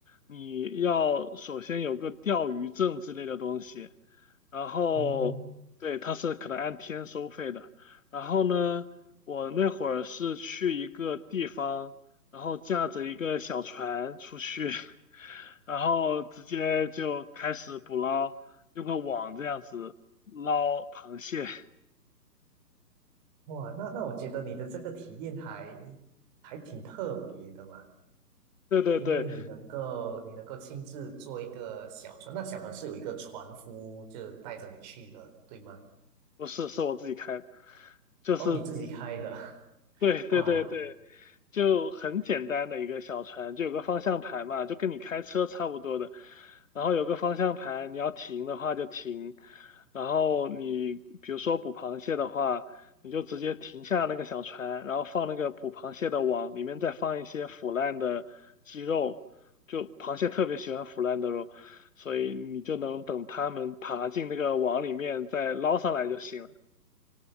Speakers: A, on the left; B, on the right.
A: 你要首先有个钓鱼证之类的东西，然后对，
B: 嗯，
A: 它是可能按天收费的。然后呢，我那会儿是去一个地方，然后驾着一个小船出去，<laughs> 然后直接就开始捕捞，用个网这样子捞螃蟹。<laughs>
B: 哇，那那我觉得你的这个体验还还挺特别的嘛。
A: 对对对，
B: 因为你能够你能够亲自坐一个小船，那小船是有一个船夫就带着你去的，对吗？
A: 不是，是我自己开的，就是直
B: 哦，你自己开的，<laughs>
A: 对对对对，
B: 哇
A: 就很简单的一个小船，就有个方向盘嘛，就跟你开车差不多的。然后有个方向盘，你要停的话就停。然后你比如说捕螃蟹的话，你就直接停下那个小船，然后放那个捕螃蟹的网，里面再放一些腐烂的鸡肉，就螃蟹特别喜欢腐烂的肉，所以你就能等它们爬进那个网里面再捞上来就行了。